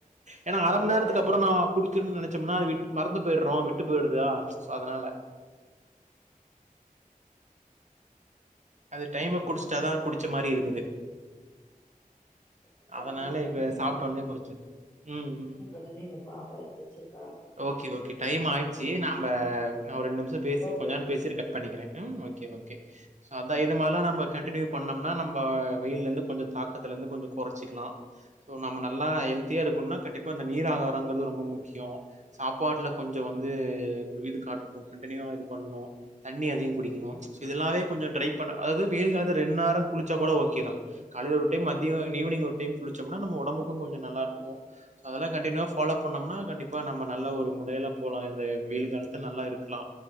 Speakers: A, on the right (about 55°); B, on the left (about 15°).
A: ஏன்னா அர
B: அது
A: மண் நேரத்துக்கு
B: ஹேப்
A: அப்பறம் நா குடிக்கணும்னு நினைச்சோம்னா அது விட்டு மறந்து போயிடுறோம் விட்டு போயிடுதா சோ அதனால அது டைம்க்கு குடிச்சிட்டாதா குடிச்ச மாரி இருக்குது
B: ஓகே தோழா
A: அதனால
B: நீங்க கண்டினியூ
A: இப்ப சாப்டோணே குடிச்சிரு ம் ம்
B: <unintelligible>
A: ம்.
B: எ பாப்பா எந்துச்சிருக்கா
A: ஓகே ஓகே டைம் ஆயிச்சு நம்ம நா ஒரு ரெண்டு நிமிசோ பேசி
B: ஓகே
A: கொஞ்ச நேர
B: ஓகே
A: பேசிடு கட் பண்ணிக்கிறே ம் ஓகே ஓகே சோ அத இது மாரிலா நம்ம கண்டினியூ பண்ணோம்னா நம்ம வெயில இருந்து கொஞ்ச தக்கத்தத்துல இருந்து கொஞ்ச கொறச்சிக்கலா சோ நம்ம நல்லா ஹெல்த்தியா இருக்குனா கண்டிப்பா அந்த நீர் ஆகாராங்கிறது ரொம்ப முக்கியோ சாப்பாட்டுல கொஞ்சோ வந்து இது காட்டணு கண்டினியூவா இது பண்ணு தண்ணி அதிகோ குடிக்கணு இதெல்லாவே கொஞ்ச ட்ரை பண்ண அதாவது வெயில் காலத்து ரெண்டு நேரோ குளிச்சா கூட ஓகே தா காலையில ஒரு டைம் மதிய ஈவினிங் ஒரு டைம் குளிச்சோம்னா நம்ம ஒடம்புக்கு கொஞ்ச நல்லாருக்கு சோ அதெல்ல கண்டினியூவா பாலோ பண்ணோம்னா கண்டிப்பா நம்ம நல்லா ஒரு முடையில போலா இந்த வெயில் காலத்து நல்லா இருக்கலா